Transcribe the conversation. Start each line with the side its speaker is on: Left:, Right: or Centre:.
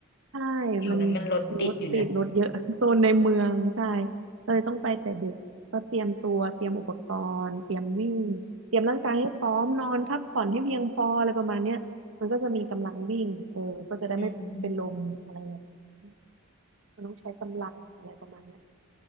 Right: ใช่
Left: เดี๋ยวนั้นมันรถติดอยู่แหละ
Right: มันรถติดรถเยอะ <laughs> โซนในเมืองใช่เลยต้องไปแต่ดึกก็เตรียมตัวเตรียมอุปกรณ์เตรียมวิ่งเตรียมร่างกายให้พร้อมนอนพักผ่อนให้เพียงพออะไรประมาณเนี้ยมันก็จะมีกำลังวิ่งเออก็จะได้ไม่เป็นลมอะไรอย่างเงี้ย
Left: อืม
Right: มันต้องใช้กำลังอะไรประมาณเนี้ย